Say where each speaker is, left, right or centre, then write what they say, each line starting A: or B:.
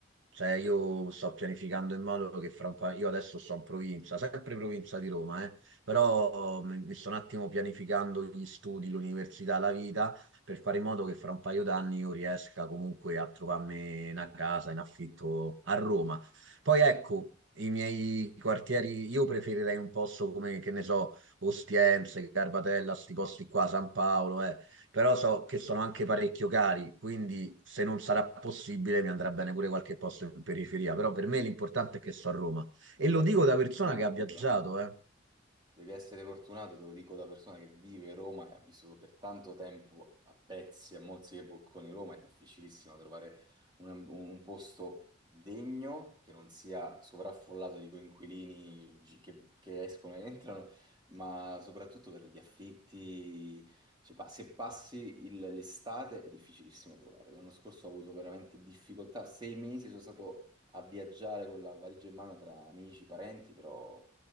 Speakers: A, on the right; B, on the right.
A: Cioè, io sto pianificando in modo che fra un paio, io adesso sto in provincia, sempre provincia di Roma, eh, però mi mi sto un attimo pianificando gli studi, l'università, la vita per fare in modo che fra un paio d'anni io riesca comunque a trovarmi una casa in affitto a Roma. Poi ecco, i miei quartieri, io preferirei un posto come, che ne so, Ostiense, Garbatella, sti posti qua, San Paolo, eh. Però so che sono anche parecchio cari, quindi se non sarà possibile mi andrà bene pure qualche posto in periferia, però per me l'importante è che sto a Roma.
B: Devi
A: E lo
B: essere...
A: dico da persona
B: No,
A: che ha viaggiato,
B: però, eh.
A: eh.
B: Devi essere fortunato, te lo dico da persona che vive Roma e ha vissuto per tanto tempo a pezzi, a mozzichi e bocconi Roma, è difficilissimo trovare un, un posto degno che non sia sovraffollato di coinquilini gi- che, che escono e entrano, ma soprattutto per gli affitti. cioè, pa- se passi il- l'estate è difficilissimo trovare. L'anno scorso ho avuto veramente difficoltà, sei mesi sono stato a viaggiare con la valigia in mano tra amici, parenti, però...